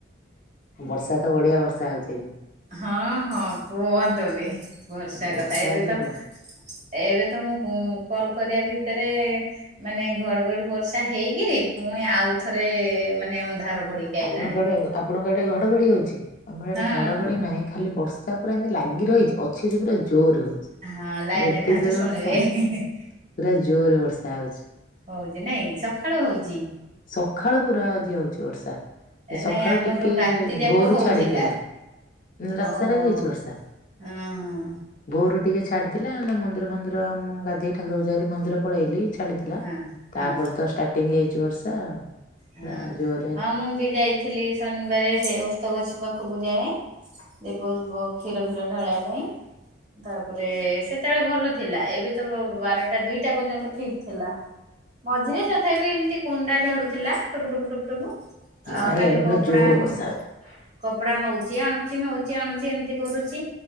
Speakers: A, on the left; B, on the right.
A: ବର୍ଷା ତ ବଢିଆ ବର୍ଷା ହଉଛି ଆଜି।
B: ହଁ ହଁ କୁହନ୍ତୁନି ଭର୍ଷା
A: ବର୍ଷା
B: କଥା ଏବେ
A: ଆଜି
B: ତ
A: ପୁରା
B: ଏବେ ତ ମୁଁ ଉଁ କଲ କରିବା ଭିତରେ ମାନେ ଘଡଘଡି ବର୍ଷା ହେଇକିରି ପୁଣି ଆଉ ଥରେ ମାନେ ଅନ୍ଧାର ଘୋଡିକି
A: ଆପଣଙ୍କ
B: ଆଇଲାଣି।
A: ଆଡେ ଆପଣଙ୍କ ଆଡେ ଘଡଘଡି ହଉଛି ଆମର ଏଠେ
B: ହଁ
A: ଘଡଘଡି ନାହିଁ। ଖାଲି ବର୍ଷା ପୁରା ଏମିତି ଲାଗି ରହିଛି ଅଛି ଅଛି ପୁରା ଜୋର ହଉଛି।
B: ହଁ ଲାଇନ
A: ଏତେ
B: ରେ ଥାନ୍ତୁ
A: ଜୋରେ
B: ଶୁଣିବେ
A: ବର୍ଷା
B: ହିଁ ହିଁ ହିଁ।
A: ପୁରା ଜୋର ରେ ବର୍ଷା ହଉଛି।
B: ହଉଛି ନାଇଁକି ସକାଳୁ ହଉଚି।
A: ସଖାଳୁ ପୁରା ଆଜି ହଉଛି ବର୍ଷା। ସକାଳୁ
B: ନାଇଁ ଆମର
A: ଟିକେ
B: ରାତି ଯାକ
A: ଭୋରୁ
B: ହଉଥିଲା।
A: ଛାଡିଥିଲା। କିନ୍ତୁ ରାତିସାରା
B: ଓହୋ
A: ବି ହେଇଛି ବର୍ଷା।
B: ହଁ ହଁ
A: ଭୋରୁ ଟିକେ ଛାଡିଥିଲା ନା ମନ୍ଦିର ଫନ୍ଦିର ମୁଁ ଗାଧେଇକି ଠାରକୁ ପୂଜା କରିକି ମନ୍ଦିର ପଳେଇଲି। ଛାଡି ଥିଲା
B: ହଁ ହଁ
A: ତାପରେ ତ ଷ୍ଟାର୍ଟିଙ୍ଗ ହେଇଛି ବର୍ଷା।
B: ହଁ।
A: ପୁରା ଜୋରେ
B: ହଁ ମୁଁ ବି ଯାଇଥିଲି ଶନିବାରେ ସେ ଓସ୍ତଗଛ ପାଖକୁ ଯାଏ। ଦୀପଫିପ କ୍ଷୀରଫୀର ଢଳିବା ପାଇଁ। ତାପରେ ସେତେବେଳେ ଭଲ ଥିଲା। ଏବେ ତ ବାରଟା ଦୁଇଟା ପର୍ଯ୍ୟନ୍ତ ଠିକ ଥିଲା। ମଝିରେ ତଥାପି ଏମିତି କୁଣ୍ଡା ଝାଡୁ ଥିଲା। ଟୁପୁ ଟୁପୁ ଟୁପୁ ଟପୁ।
A: ନାଇଁ
B: ଖାଲି
A: ଇଆଡେ
B: କପଡାନ୍
A: ପୁରା ଜୋରରେ ବର୍ଷା
B: କପଡା ନଉଛି ଆଣୁଛି ନଉଛି ଆଣୁଛି ଏମିତି କରୁଛି।